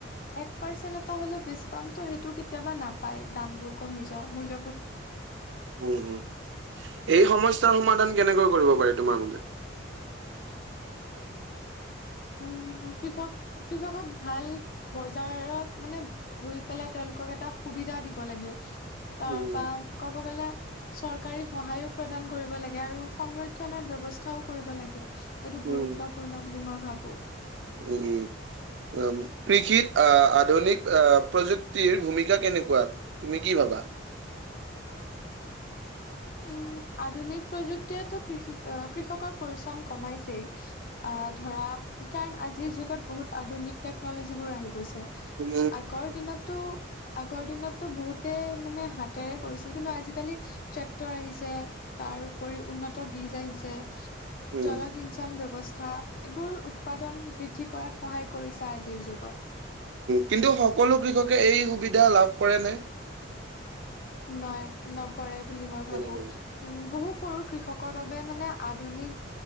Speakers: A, on the left (about 45°); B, on the right (about 65°).
A: এক পাৰ্চেন্ট এটা হলেও বেছি পাম ত সেইটো কেতিয়াবা নাপায়। দামবোৰ কমি যোৱা মূল্য
B: উম, এই সমস্যাৰ সমাধান কেনেকৈ কৰিব পাৰি, তোমাৰ মতে?
A: <inaudible> উম, কৃষক, কৃষকক ভাল বজাৰত মানে বহি পেলাই তেওঁলোক কক এটা সুবিধা দিব লাগে। তাৰপৰা
B: উম
A: ক'ব গ'লে চৰকাৰী সহায়ো প্ৰদান কৰিব লাগে। আৰু সংৰক্ষনৰৰ ব্যৱস্থাও কৰিব লাগে। এইটো গুৰুত্বপূৰ্ণ
B: উম
A: বুলি মই ভাবো।
B: উম। কৃষিত, আ আধুনিক আ প্ৰযুক্তিৰ ভূমিকা কেনেকুৱা? তুমি কি ভাবা?
A: <inaudible> উম। আধুনিক প্ৰযুক্তিয়েতো কৃষি কৃষকৰ পৰিশ্ৰম কমাইছেই। আ ধৰা কাৰণ আজিৰ যুগত বহুত আধুনিক টেকন'লজীবোৰ আহি গৈছে।
B: উম,
A: আগৰ দিনতো আগৰ দিনতো বহুতে মানে হাতেৰে কৰিছিল, কিন্তু আজিকালি ট্ৰেক্টৰ আহিছে, তাৰ উপৰিও উন্নত বীজ আহিছে।
B: উম,
A: জলসিঞ্চন ব্যৱস্থা। তথা এইবোৰ উৎপাদন বৃদ্ধি কৰাত সহায় কৰিছে আজিৰ যুগত।
B: কিন্তু সকলো কৃষকে এই সুবিধা লাভ কৰেনে?
A: নাই। নকৰে বুলি মই ভাবো,
B: উম,
A: উম বহু সৰু কৃষক কৰ বাবে মানে আধুনিক